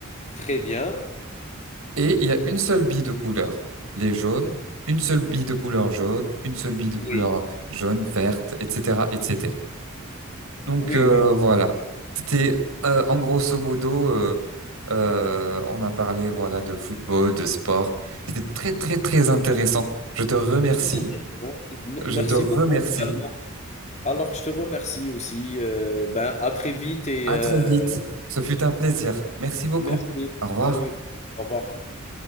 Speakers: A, on the left (about 35°); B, on the right (about 80°).
A: Très bien.
B: Et il y a une seule bille de couleur. Les jaunes, une seule bille de couleur jaune, une seule bille de
A: Oui.
B: couleur jaune, verte, etc., etc. Donc,
A: Oui,
B: euh,
A: oui, oui,
B: voilà. C'était, euh, en grosso modo, euh, euh, on a parlé, voilà, de football, de sport. C'était très, très, très intéressant. Je te remercie.
A: très intéressant. M
B: Je
A: merci
B: te remercie.
A: beaucoup également. Alors, je te remercie aussi. euh, ben, à très vite et
B: À
A: euh,
B: très vite. Ce fut un plaisir. Merci beaucoup.
A: merci.
B: Au revoir.
A: Salut. Au revoir.